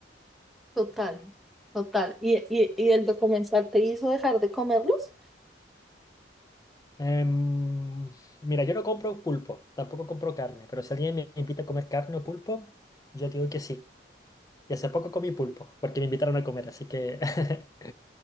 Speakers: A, in the centre; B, on the left (about 20°).
A: Total, total. ¿Y, y, y el documental te hizo dejar de comerlos?
B: Em, mira, yo no compro pulpo, tampoco compro carne, pero si alguien me invita a comer carne o pulpo, yo digo que sí. Y hace poco comí pulpo, porque me invitaron a comer, así que <laughs>